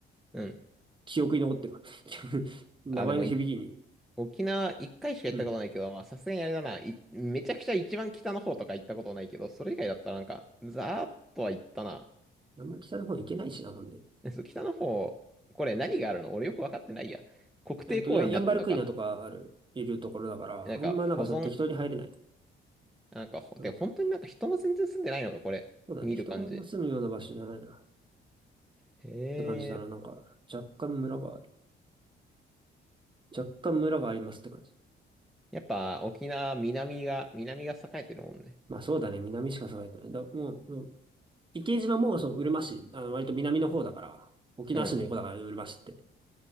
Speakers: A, in the centre; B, on the right.
A: うん。
B: 記憶に残ってるわ。<laughs> 名前の響きに。
A: あ、でもい、沖縄一回しか行ったことないけど、
B: うん。
A: まあさすがにあれだな。いめちゃくちゃ一番北の方とか行ったことないけど、それ以外だったらなんか、ざーっとは行ったな。
B: あんまり北の方行けないしな、ほんで。
A: えそう、北の方、これ何があるの俺よくわかってないや。国定公園になってんのか。
B: えっと、ヤン、ヤンバルクイナとかある、いるところだから、
A: なんか、
B: あんまなんかその適当に入れない。
A: 保存。なんか、ほで、
B: うん。
A: 本当になんか人も全然住んでないのか、これ。
B: そうだね。
A: 見る感じ。
B: 人があんま住むような場所じゃないな。っ
A: へ
B: て感じだな。
A: え。
B: なんか、若干村が、若干村がありますって感じ。
A: やっぱ、沖縄、南が、南が栄えてるもんね。
B: まあそうだね。南しか栄えてない。だ、もう、もう池島もそう、うるま市、あの、割と南の方だから、沖縄市の横だから、
A: うん。
B: うるま市って。だか